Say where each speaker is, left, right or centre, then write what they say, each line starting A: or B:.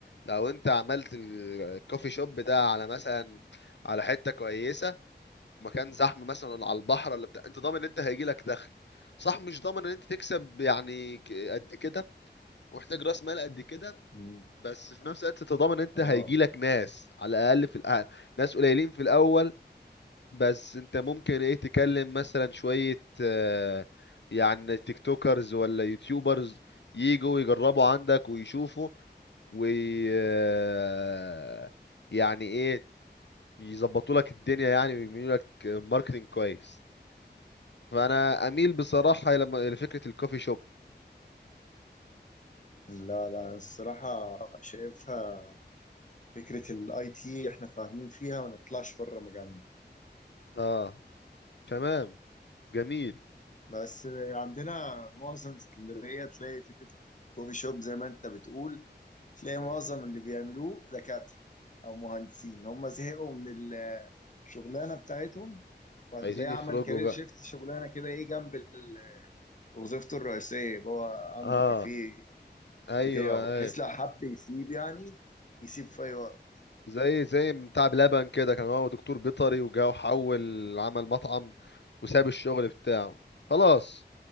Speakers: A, on the left; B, on the left.
A: لو انت عملت ال- الكوفي شوب ده على مثلا على حتة كويسة مكان زحمة مثلا ولا على البحر ولا بتاع انت ضامن ان انت هيجيلك دخل صح مش ضامن ان انت تكسب يعني ك- قد كده ومحتاج راس مال قد كده
B: مم.
A: بس في نفس الوقت انت ضامن ان انت
B: آه
A: هيجيلك ناس على الاقل في الأ... ناس قليلين في الاول بس انت ممكن ايه تكلم مثلا شوية آه، يعني تيك توكرز ولا يوتيوبرز يجوا يجربوا عندك ويشوفوا وي آه، يعني ايه يظبطوا لك الدنيا يعني ويعملوا لك ماركتنج كويس فانا اميل بصراحة لما لفكرة الكوفي شوب
B: لا لا الصراحة شايفها فكرة الاي تي احنا فاهمين فيها ما نطلعش بره مجالنا
A: اه تمام جميل
B: بس عندنا معظم اسكندرية تلاقي فكرة الكوفي شوب زي ما انت بتقول تلاقي معظم
A: مم.
B: اللي بيعملوه دكاترة او مهندسين هم زهقوا من الشغلانة بتاعتهم فهتلاقيه
A: عايزين
B: عمل
A: يخرجوا
B: كارير
A: بقى
B: شيفت شغلانة كده ايه جنب ال- وظيفته الرئيسية يبقى هو عنده
A: اه
B: كافيه
A: ايوه
B: بتاعه بحيث
A: ايوه
B: لو حب يسيب يعني يسيب في اي وقت
A: زي زي بتاع بلبن كده كان هو دكتور بيطري وجا وحول عمل مطعم وساب الشغل بتاعه خلاص